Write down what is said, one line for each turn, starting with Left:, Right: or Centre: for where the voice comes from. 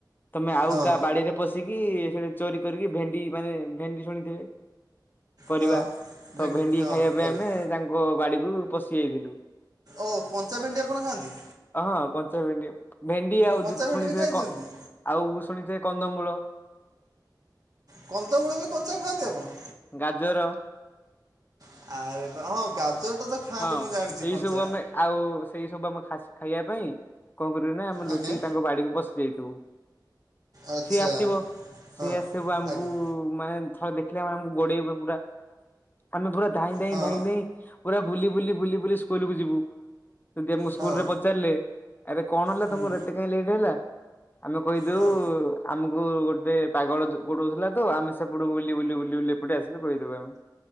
Left: ତମେ ଆଉ
Right: ହଁ
Left: କାହା ବାଡିରେ ପଶିକି ସେଠି ଚୋରି କରିକି ଭେଣ୍ଡି ମାନେ ଭେଣ୍ଡି ଶୁଣିଥିବେ। ପରିବା
Right: ହଁ
Left: ତ ଭେଣ୍ଡି
Right: ବି- ହଁ
Left: ଖାଇବା
Right: ପରିବା
Left: ପାଇଁ ଆମେ ତାଙ୍କ ବାଡିକୁ ପଶି ଯାଇଥିଲୁ।
Right: ଓ କଞ୍ଚା ଭେଣ୍ଡି ଆପଣ ଖାଆନ୍ତି‌?
Left: ହଁ କଞ୍ଚା ଭେଣ୍ଡି ଭେଣ୍ଡି ଆଉ
Right: କଞ୍ଚା ଭେଣ୍ଡି
Left: ଶୁଣିଥିବେ
Right: ବି ଖାଇଦିଅନ୍ତି
Left: କ ଆଉ ଶୁଣିଥିବେ କନ୍ଦମୂଳ।
Right: କନ୍ଦମୂଳ ବି କଞ୍ଚା ଖାଆନ୍ତି ଆପଣ?
Left: ଗାଜର।
Right: ଆରେ ବାଃ ହଁ <unintelligible> ତ ଖାଆନ୍ତି
Left: ହଁ
Right: ମୁଁ ଜାଣିଛି
Left: ଏଇ
Right: କଞ୍ଚା
Left: ସବୁ ଆମେ ଆଉ ସେଇ ସବୁ ଆମ ଖାସ୍ ଖାଇବା ପାଇଁ କଣ କରିବୁ ନା ଆମେ
Right: ଆଜ୍ଞା
Left: ଲୁଚିକି ତାଙ୍କ ବାଡିକୁ ପଶି ସେଇଠୁ
Right: ଆଚ୍ଛା
Left: ସିଏ ଆସିବ ସିଏ
Right: ହଁ
Left: ଆସିବାକୁ ଆମକୁ
Right: ଆଜ୍ଞା
Left: <unintelligible> ଦେଖିଲେ ଆମକୁ ଗୋଡେଇବ ପୁରା ଆମେ ପୁରା ଧାଇଁ ଧାଇଁ
Right: ହଁ
Left: ଧାଇଁ ଧାଇଁ ପୁରା ବୁଲି ବୁଲି ବୁଲି ବୁଲି ସ୍କୁଲକୁୁ ଯିବୁ ଯଦି ଆମକୁ ସ୍କୁଲରେ
Right: ହଁ
Left: ପଚାରିଲେ ଆରେ କଣ ହେଲା
Right: ହୁଁ
Left: ତମର ଏତେ କାହିଁ ଲେଟ୍ ହେଲା ଆମେ କହିଦେଉ
Right: ହଁ
Left: ଆମକୁ ଗୋଟେ ପାଗଳ ଗୋଡଉଥିଲା ତ ଆମେ ସେପଟୁ ବୁଲି ବୁଲି ବୁଲି ବୁଲି ଏପଟେ ଆସିଲୁ କହିଦଉ ଆମେ।